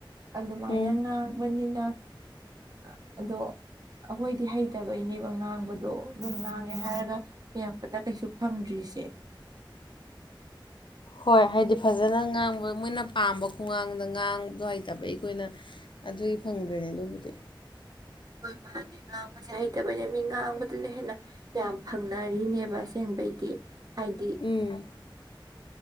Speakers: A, on the right; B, on the left.
A: ꯑꯗꯨꯃꯥꯏꯅ
B: ꯎꯝ
A: ꯉꯥꯡꯕꯅꯤꯅ ꯑ ꯑꯗꯣ ꯑꯩꯈꯣꯏꯗꯤ ꯍꯩꯇꯕꯩꯅꯦꯕ ꯉꯥꯡꯕꯗꯣ ꯑꯗꯨꯝ ꯉꯥꯡꯉꯦ ꯍꯥꯏꯔꯒ ꯌꯦꯡꯉꯛꯄꯗ ꯀꯩꯁꯨ ꯐꯪꯗ꯭ꯔꯤꯁꯦ
B: ꯍꯣꯏ ꯍꯥꯏꯗꯤ ꯐꯖꯅ ꯉꯥꯡꯕ ꯃꯣꯏꯅ ꯄꯥꯝꯕ ꯈꯒꯥꯡꯗ ꯉꯥꯡꯕꯗ ꯍꯩꯇꯕ ꯑꯩꯈꯣꯏꯅ ꯑꯗꯨꯒꯤ ꯐꯪꯗ꯭ꯔꯦꯅꯦ ꯑꯗꯨꯕꯨꯗꯤ
A: ꯍꯣꯏ ꯃꯥꯅꯦ ꯉꯥꯡꯕꯁꯦ ꯍꯩꯇꯕꯅ ꯃꯤ ꯉꯥꯡꯕꯗꯨꯅ ꯍꯦꯟꯅ ꯌꯥꯝ ꯐꯪꯅꯔꯤꯅꯦꯕ ꯑꯁꯦꯡꯕꯩꯗꯤ ꯍꯥꯏꯗꯤ
B: ꯎꯝ